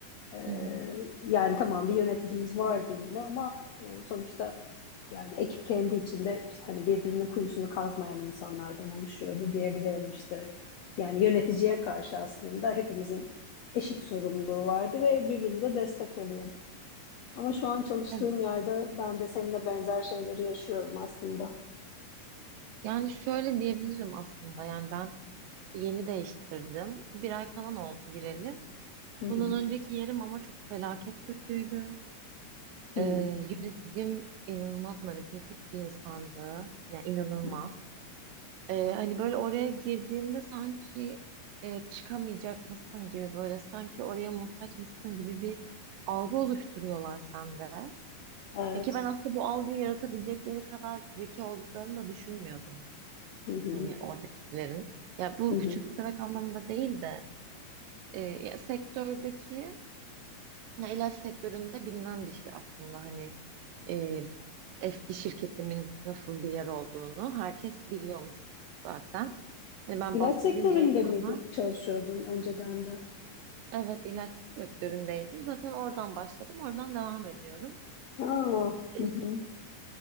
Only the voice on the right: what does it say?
Hı hı.
Evet.
Yani şöyle diyebilirim aslında yani ben yeni değiştirdim. Bir ay falan oldu gireli.
Bundan önceki yerim ama çok felaket kötüydü.
Ee,
yöneticim inanılmaz manipülatif bir insandı. Yani inanılmaz.
Ee, hani böyle oraya girdiğimde sanki e, çıkamayacak mısın gibi böyle sanki oraya muhtaç mısın gibi bir algı oluşturuyorlar sende.
Ya ki ben aslında bu algıyı yaratabilecekleri kadar zeki olduklarını da düşünmüyordum.
Hani oradakilerin. Ya bu
küçümsemek anlamında değil de e, ya sektördeki Ya ilaç sektöründe bilinen bir şey aslında hani e, eski şirketimin nasıl bir yer olduğunu herkes biliyormuş zaten. Hani ben
bahsedince
insanlar
evet ilaç sektöründeydim zaten oradan başladım oradan devam ediyorum.
E,